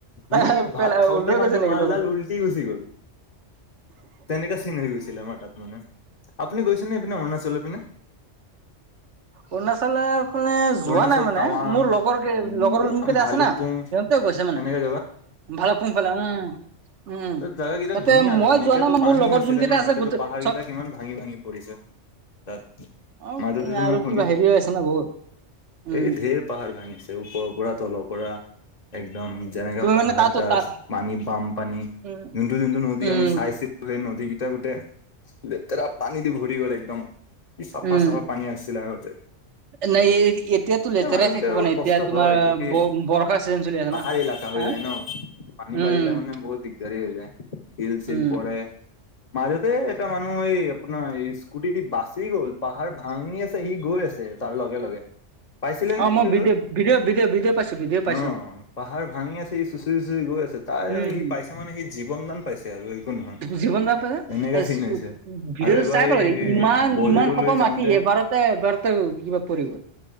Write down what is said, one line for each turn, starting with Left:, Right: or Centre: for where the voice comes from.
Left: সি
Right: তাই
Left: ভাত
Right: পেলাই
Left: খাওঁতে
Right: লৈ
Left: খাওঁতে
Right: গৈছে নেকি
Left: মালডাল
Right: লগতে
Left: উলটি গুচি গল। তেনেকা চিন হৈ গৈছিলে আমাৰ তাত মানে। আপুনি গৈছেনেপিনে অৰুণাচলৰ পিনে।
Right: অৰুণাচলৰ পিনে যো।
Left: অৰুণাচল
Right: যোৱা নাই মানে
Left: টাৱাং
Right: মোৰ লগৰ কেই
Left: উম
Right: লগৰ
Left: এই
Right: যোন কেইটা
Left: ভালুকপুং
Right: আছে না সিহঁতে গৈছে মানে।
Left: তেনেকে
Right: ভাল কুমফালে উম। উম
Left: ত জোগাকেইটা
Right: তাতে
Left: ধুনীয়া নখ
Right: মই যোৱা
Left: এতিয়াতো
Right: নাই মানে
Left: পানী
Right: মোৰ লগৰ
Left: হৈছিলে
Right: যোন কেইটা
Left: ন
Right: আছে
Left: এতিয়াতো
Right: গোটেই
Left: পাহাৰ
Right: চব
Left: কেইটা কিমান ভাঙি ভাঙি পৰিছে। তাত
Right: অ
Left: মাজতে ত
Right: আৰু
Left: মই খ।
Right: কিবা হেৰি হৈ আছে না বহুত। উম
Left: এই ঢেৰ পাহাৰ ভাঙিছে ওপৰৰ পৰা তলৰ পৰা এক। দম যেনেকে
Right: তুমি
Left: পাহাৰ
Right: মানে তাতো
Left: তাত
Right: তা
Left: পানী বাম পানী।
Right: উম
Left: যোনটো যোনটো নদী
Right: উম
Left: আমি চাইছিলো সেই নদীকেইটা গোটেই। তে পানী দি ভৰি গ'ল একদম ই চাফা
Right: উম
Left: চাফা পানী আছিলে আগতে।
Right: নাই এতিয়াতো লেতেৰাই
Left: এ মানুহকেইটাৰ
Right: থাকিব
Left: অলপ
Right: নাই
Left: কষ্ট
Right: এতিয়া তোমাৰ
Left: হয় কিয় কি
Right: ব বৰষা চিজন চলি আছে
Left: পাহাৰী
Right: না
Left: এলেকা হৈ
Right: হা
Left: যায় ন। পানী
Right: উম
Left: বাঢ়িলে মানে বহুত দিগদাৰী হৈ যায় শিল চিল
Right: উম
Left: পৰে। মাজতে এটা মানুহ এই আপোনাৰ এই স্কুটিদি বাচি গ'ল পাহাৰ ভাঙি আছে সি গৈ আছে। তাৰ লগে লগে। পাইছিলে নে
Right: অ মই
Left: নিউজত
Right: ভিডিঅ' ভিডিঅ' ভিডিঅ' ভিডিঅ' পাইছো ভিডিঅ' পাইছো
Left: অ পাহাৰ ভাঙি আছে ই চুচৰি চুচৰি। চুচৰি গৈ আছে তাৰ
Right: উম
Left: সি পাইছে মানে সি জীৱন দান পাইছে। আৰু একো নহয়
Right: জীৱন দান পাইছে
Left: এনেকা চিন হৈছে
Right: ভিডিঅ'টো
Left: আৰু এবাৰ
Right: চাই পালে
Left: এই
Right: ইমান
Left: বলেৰো
Right: ইমান খপৰ
Left: লৈ যাওঁতে
Right: মান। এবাৰতে এবাৰতে ইমান পৰি গ'ল পৰি গ'ল।